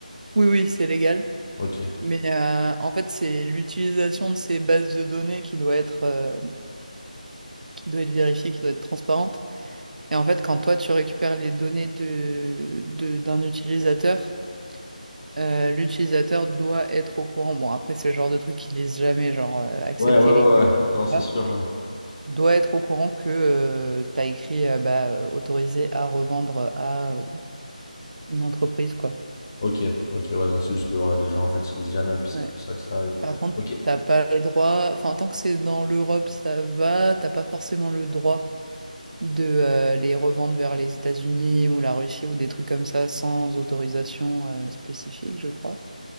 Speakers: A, on the right; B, on the left.
A: Oui, oui, c'est légal.
B: Ok.
A: Mais euh, en fait, c'est l'utilisation de ces bases de données qui doit être, euh, qui doit être vérifiée, qui doit être transparente. Et en fait, quand toi, tu récupères les données de, de- d'un utilisateur, Euh, l'utilisateur doit être au courant. Bon, après, c'est le genre de truc qu'ils lisent jamais, genre euh, accepter
B: Ouais, ouais, ouais,
A: les
B: ouais. Non, c'est
A: contrats.
B: sûr, ouais.
A: Doit être au courant que tu as écrit euh, bah, euh, autorisé à revendre à euh, une entreprise, quoi.
B: Ok, ok, ouais. Donc c'est juste que ouais, les gens en fait ils lisent jamais, et puis
A: Ouais.
B: c'est pour ça que ça arrive.
A: Par contre,
B: Ok.
A: t'as pas le droit. Enfin, tant que c'est dans l'Europe, ça va. T'as pas forcément le droit de euh, les revendre vers les États-Unis ou la Russie ou des trucs comme ça sans autorisation euh, spécifique, je crois.